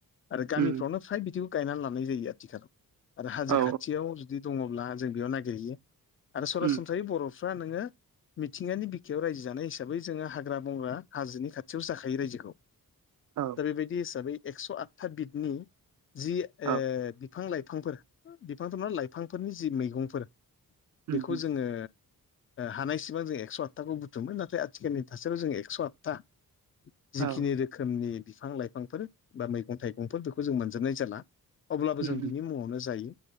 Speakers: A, on the left (about 35°); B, on the right (about 55°).
A: आरो गामिफ्रावनो
B: उम
A: फ्राय बिदिबो गायनानै लानाय जायो आथिखालाव आरो हाजो
B: औ
A: खाथिआव जु जुदि दङोब्ला जों बेयाव नागिरहैयो आरो सरासनस्रायै
B: उम
A: बर'फ्रा नोङो मिथिंगानि बिखायाव रायजो जानाय हिसाबै जोङो हाग्रा बंग्रा हाजोनि खाथिआवसो जाखायो रायजोखौ <inaudible>
B: औ
A: दा बेबादि हिसाबै एक्स' आतथा बिदनि जि ओ‌
B: औ
A: बिफां लाइफांफोर बिफांथ' नङा लाइफांफोरनि जि मैगंफोर
B: उम
A: बेखौ
B: उम
A: जोङो हानाय सिबां जों एकस' आतथाखौ बुथुममो नाथाय आथिखालनि थासारि जों एक्स' आतथा जिखिनि
B: औ
A: रोखोमनि बिफां लाइफांफोर बा मैगं थाइगंफोर बेखौ जों मोनजोबनाय जाला अब्लाबो
B: उम
A: जों बिनि मुंआवनो जायो